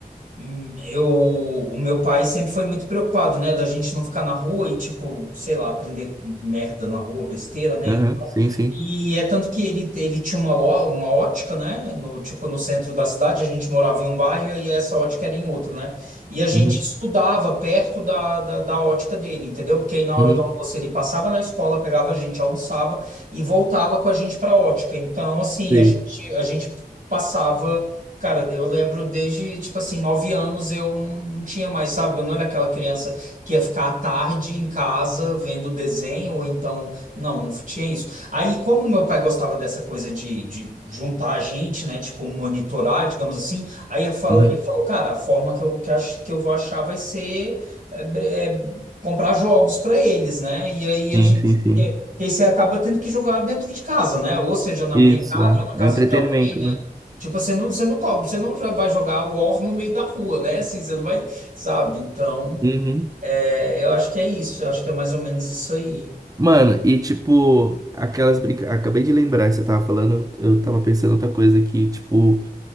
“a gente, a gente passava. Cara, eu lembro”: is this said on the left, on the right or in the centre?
Right